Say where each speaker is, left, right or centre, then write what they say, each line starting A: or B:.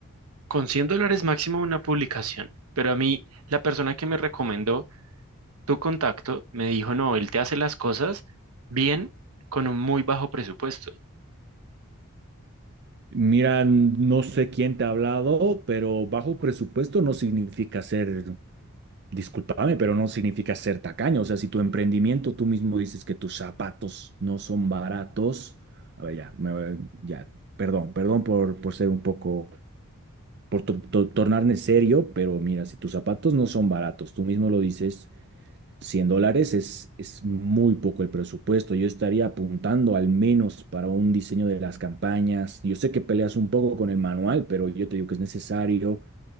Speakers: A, on the right; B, on the right.
A: Con cien dólares máximo una publicación. Pero a mí, la persona que me recomendó tu contacto me dijo, no, él te hace las cosas bien con un muy bajo presupuesto.
B: Mira, no sé quién te ha hablado, pero bajo presupuesto no significa ser Discúlpame, pero no significa ser tacaño. O sea, si tu emprendimiento, tú mismo dices que tus zapatos no son baratos. A ver, ya, me- ya, perdón, perdón por, por ser un poco, por to- to- tornarme serio, pero mira, si tus zapatos no son baratos, tú mismo lo dices, 100 dólares es, es muy poco el presupuesto. Yo estaría apuntando al menos para un diseño de las campañas. Yo sé que peleas un poco con el manual, pero yo te digo que es necesario.